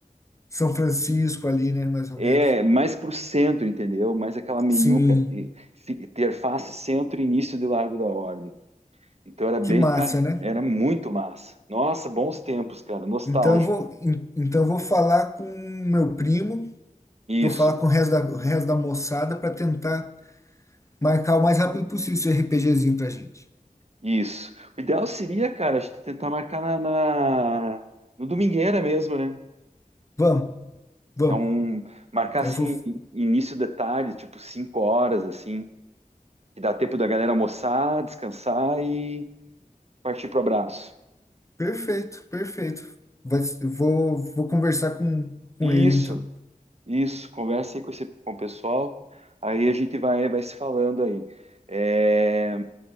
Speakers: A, on the left; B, on the right.
A: São Francisco ali, né? Mais ou
B: É,
A: menos.
B: mais pro centro, entendeu? Mais aquela meiuca,
A: Sim.
B: e- fi- interface centro-início de Largo da Ordem. Então era bem,
A: Que massa,
B: cara,
A: né?
B: era muito massa. Nossa, bons tempos, cara, nostálgico.
A: Então eu vou, en- então eu vou falar com meu primo Vou
B: Isso,
A: falar com o resto da, o resto da moçada para tentar marcar o mais rápido possível esse RPGzinho pra gente.
B: isso. O ideal seria, cara, a gente tentar marcar na, na- no domingueira mesmo, né?
A: Vamos, vamos.
B: Que é um marcar
A: Eu
B: assim
A: vou.
B: início de tarde, tipo 5 horas assim, que dá tempo da galera almoçar, descansar e partir pro abraço.
A: Perfeito, perfeito. Vai, s- eu vou, vou conversar com, com
B: Isso.
A: ele então.
B: Isso, conversa aí com, esse, com o pessoal. Aí a gente vai, vai se falando aí. É,